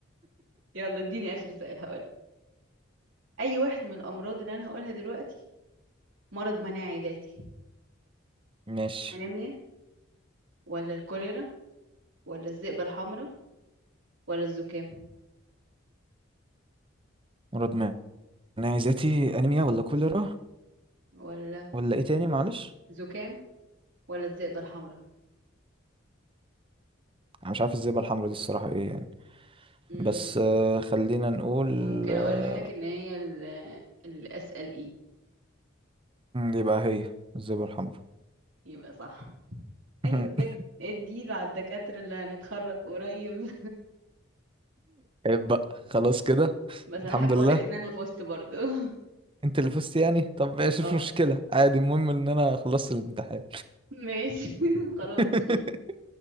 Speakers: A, on the right; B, on the right.
A: <laughs> يلا اديني آخر سؤال هقول أي واحد من الأمراض اللي أنا هقولها دلوقتي مرض مناعي ذاتي
B: ماشي
A: أنيميا ولا الكوليرا ولا الذئبة الحمراء ولا الزكام
B: مرض مناعي ذاتي
A: اه
B: انيميا ولا
A: اه
B: كوليرا
A: ولا
B: ولا ايه تاني معلش
A: زكام ولا الذئبة الحمراء
B: انا مش عارف الزبدة الحمراء دي الصراحة ايه يعني
A: مم.
B: بس آه، خلينا نقول
A: ممكن أقولها
B: آه،
A: لك إن هي ال- الأسأل إيه
B: يبقى هي الزبرة الحمراء
A: يبقى صح ايوه
B: <laughs>
A: كده اديله على الدكاترة اللي هنتخرج قريب
B: عيب بقى خلاص كده
A: <laughs> بس انا
B: الحمد
A: حابة
B: لله
A: اقولك ان انا فزت برضو <laughs>
B: انت اللي فزت يعني طب ماشي
A: اه
B: مش مشكلة عادي المهم ان انا خلصت الامتحان
A: ماشي <laughs> خلاص
B: <laughs>